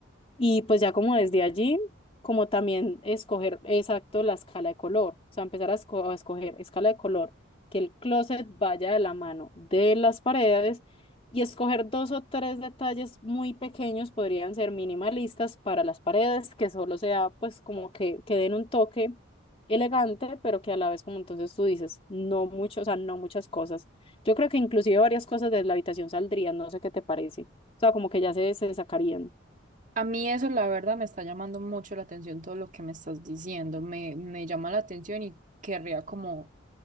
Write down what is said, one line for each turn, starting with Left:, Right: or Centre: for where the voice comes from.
Left: Y pues ya como desde allí, como también escoger exacto la escala de color, o sea, empezar a, esco- a escoger escala de color, que el closet vaya de la mano de las paredes y escoger dos o tres detalles muy pequeños, podrían ser minimalistas para las paredes, que solo sea pues como que, que den un toque elegante, pero que a la vez como entonces tú dices, no mucho, o sea, no muchas cosas. Yo creo que inclusive varias cosas de la habitación saldrían, no sé qué te parece, o sea, como que ya se, se sacarían.
Right: A mí eso, la verdad, me está llamando mucho la atención todo lo que me estás diciendo. Me, me llama la atención y querría como